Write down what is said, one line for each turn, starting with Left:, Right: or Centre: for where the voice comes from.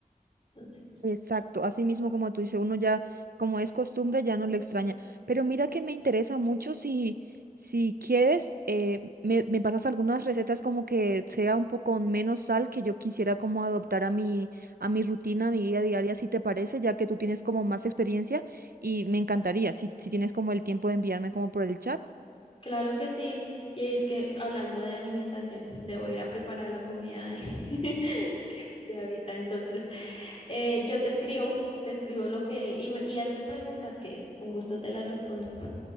Left: Entonces,
Right: Exacto, así mismo como tú dices, uno ya, como es costumbre, ya no le extraña. Pero mira que me interesa mucho si, si quieres, eh, me, me pasas algunas recetas como que sea un poco con menos sal que yo quisiera como adoptar a mi, a mi rutina, a mi vida diaria, si te parece, ya que tú tienes como más experiencia y me encantaría, si, si tienes como el tiempo de enviarme como por el chat.
Left: Claro que sí. Y es que hablando de alimentación, debo ir a preparar la comida de, <laughs> que- de ahorita. Entonces, eh, yo te escribo, te escribo lo que, y, me- y hazme preguntas que con gusto te las respondo.